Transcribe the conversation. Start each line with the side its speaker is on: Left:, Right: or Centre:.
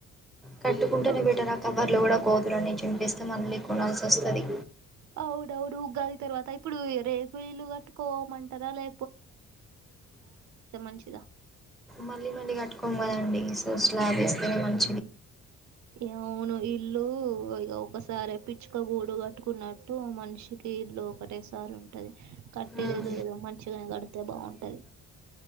Centre: కట్టుకుంటేనే
Right: కవ
Centre: బెటర్ అక్క కవర్లు కూడా కోతులన్నీ చింపేస్తే మళ్లీ కొనాల్సి వస్తది
Right: అవుడవుడు ఉగాది తర్వాత ఇప్పుడు రేకుఇలు కట్టుకోమంటారా లే మంచిదా?
Centre: మళ్ళీ మళ్ళీ కట్టుకోం కదండి సో స్లాప్ వేస్తేనే మంచిది
Right: అవును ఇల్లు ఇగా ఒకసారే పిచ్చుక గూడు కట్టుకున్నట్టు మనిషికి ఇల్లు ఒకటే సారి ఉంటది కట్టేది
Centre: ఉమ్,
Right: ఏదో ఇగా మంచిగానే కడితే బాగుంటది